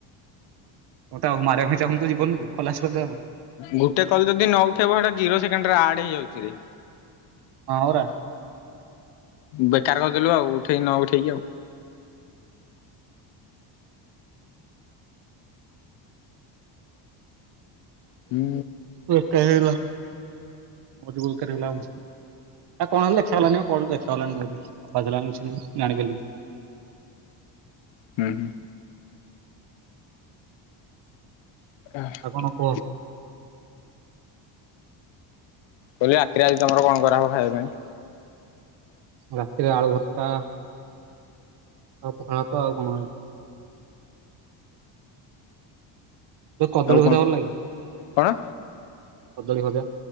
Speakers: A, on the right; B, on the left.
A: ମତେ ଆଉ ମାରିବା ପାଇଁ ଚାହୁଁନି ତ ଜୀବନରୁ ଖଲାସ୍ କରିଦେବା ପାଇଁ।
B: ଗୋଟେ କଲ୍ ଯଦି ନ ଉଠେଇବ ହେଟା ଜିରୋ ସେକେଣ୍ଡ୍ ରେ ଆଡ୍ ହେଇଯାଉଛି ରେ।
A: ହଁ ପରା।
B: ବେକାର କରିଦେଲୁ ଆଉ ଉଠେଇକି ନ ଉଠେଇକି ଆଉ। ହୁଁ
A: ବେକାର ହେଇଗଲା, ଅଧି ବେକାର ଆଉ ଆ କଣ ହେଲେ ଦେଖାଗଲାନି ଆଉ କଲ୍ ଦେଖାଗଲାନିଆଉ ଦେଖାହେଲାନି କିଛି ନାଁ ଜାଣିପାରିଲିନି।
B: ହୁଁ, ହୁଁ। କାହା
A: ଆଉ କଣ କୁହ
B: କହିଲି ରାତିରେ ଆଜି ତମର କଣ କରା ହବ ଖାଇବା ପାଇଁ?
A: ରାତିରେ ଆଳୁ ଭର୍ତ୍ତା, ଆଉ ପଖାଳ ଭାତ ଆଉ କଣ ଯୋଉ କଦଳୀ
B: ଆଉ
A: ଭଜା
B: କଣ
A: ଭଲ ଲାଗେ।
B: କଣ?
A: କଦଳୀ ଭଜା।